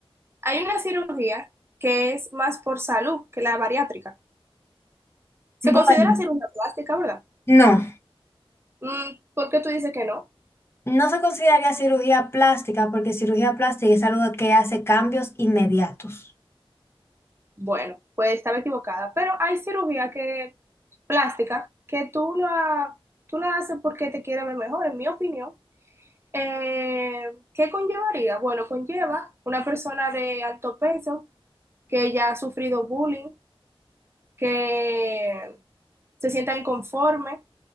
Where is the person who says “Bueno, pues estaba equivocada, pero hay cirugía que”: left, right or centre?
Right